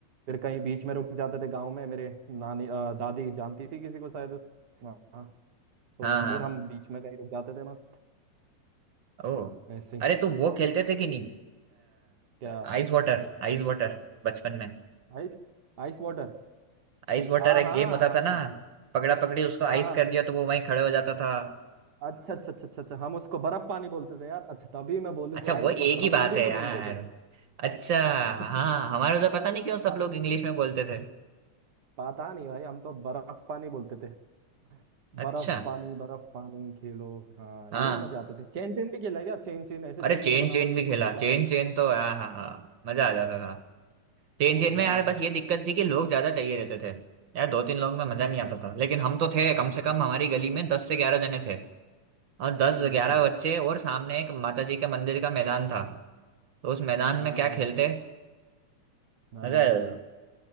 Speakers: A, on the right; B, on the right.
A: फिर कहीं बीच में रुक जाते थे गांव में मेरे नानी अ, दादी जानती थी किसी को शायद उस वहाँ तो
B: हाँ हाँ
A: फिर हम बीच में कहीं रुक जाते थे मस्त
B: ओ
A: ऐसे ही
B: अरे तुम वो खेलते थे कि नहीं
A: क्या
B: आइस वाटर आइस वाटर बचपन में
A: Ice ice water
B: आइस वाटर
A: हाँ
B: एक
A: हाँ
B: गेम होता
A: हाँ
B: था ना
A: हाँ
B: पकड़ा पकड़ी उसको
A: हाँ
B: आइस
A: हाँ
B: कर दिया तो वो वहीं खड़े हो जाता था
A: अच्छा अच्छा अच्छा अच्छा अच्छा हम उसको बर्फ पानी बोलते थे यार अच्छा तभी मैं बोलूँ
B: अच्छा
A: तो आइस
B: वो एक
A: वाटर हम
B: ही बात
A: हिंदी
B: है
A: में
B: यार
A: बोलते
B: अच्छा
A: थे
B: हाँ हमारे उधर पता नहीं क्यों
A: <laughs>
B: सब लोग इंग्लिश में बोलते थे
A: पता नहीं भाई हम तो बर्फ पानी बोलते थे
B: अच्छा
A: बर्फ पानी बर्फ पानी खेलो हाँ
B: हाँ
A: ये मजा आते थे चेन चेन भी खेला है क्या चेन चेन ऐसे चेन
B: अरे चेन
A: में बनाओ
B: चेन
A: एक
B: भी खेला
A: को पकड़ा
B: चेन चेन तो हाँ हाँ हाँ मजा आ जाता था चेन
A: जो
B: चेन में
A: हाँ
B: यार बस ये दिक्कत थी कि लोग ज्यादा चाहिए रहते थे यार दो तीन लोग में मजा
A: हम्म
B: नहीं आता था लेकिन हम तो थे कम से कम हमारी गली में दस से ग्यारह जने थे और दस
A: अच्छा
B: ग्यारह बच्चे और सामने एक माता जी के मंदिर का मैदान था तो उस मैदान
A: हाँ
B: में क्या खेलते
A: हाँ
B: मजा आया था।